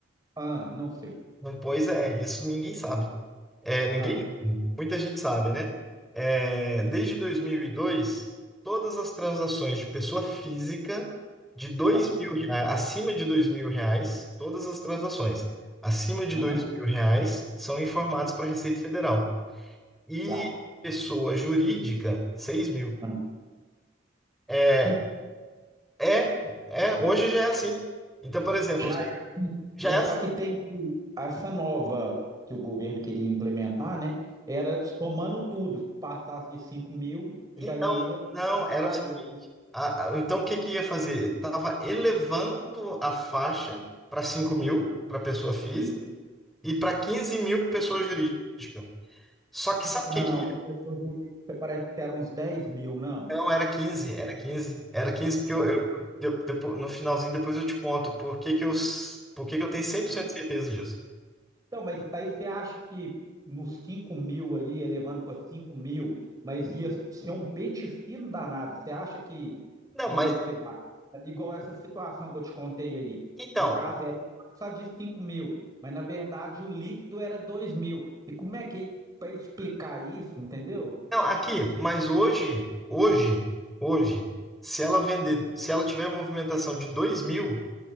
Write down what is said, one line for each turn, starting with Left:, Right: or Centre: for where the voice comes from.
Right: Ah, não sei.
Centre: Não, Pois é, isso ninguém sabe. É, ninguém,
Right: Ah,
Centre: muita gente sabe, né? É, desde 2002, todas as transações de pessoa física de dois
Right: para a pessoa.
Centre: mil reais, acima de dois mil reais, todas as transações acima de
Right: Aham,
Centre: dois mil reais são informadas para a Receita Federal. E
Right: tá.
Centre: pessoa jurídica, seis mil.
Right: Ah.
Centre: É,
Right: E
Centre: é, é, hoje já é assim. Então, por exemplo,
Right: Já,
Centre: já
Right: mas
Centre: é assim.
Right: só que tem que essa nova que o governo queria implementar, né? Era somando tudo. Se passasse de 5 mil, já
Centre: Então,
Right: iria informar
Centre: não, era
Right: para
Centre: o seguinte.
Right: ele.
Centre: a- a- então, o que que ia fazer? Tava elevando a faixa para cinco mil para pessoa física
Right: E,
Centre: e para quinze mil pessoa jurídica. Só que sabe
Right: não,
Centre: o que que
Right: para pessoa jurídica parece que era uns dez mil, não.
Centre: Não, era quinze era quinze era 15 porque
Right: Pois
Centre: eu, eu- de- depo- no finalzinho depois eu te conto por que que eu, s- por que que eu tenho cem por
Right: Ah.
Centre: cento de certeza disso.
Right: Então, mas aí você acha que nos cinco mil ali, elevando para cinco mil, mas ia ser um pente fino danado. Você acha que
Centre: Não,
Right: iria
Centre: mas,
Right: ser bacana? Igual essa situação que eu te contei aí.
Centre: então,
Right: No caso, ele passar de cinco mil, mas na verdade o líquido era dois mil. E como é que, para explicar isso, entendeu?
Centre: não, aqui, mas hoje, hoje, hoje, se ela vender, se ela tiver movimentação de dois mil,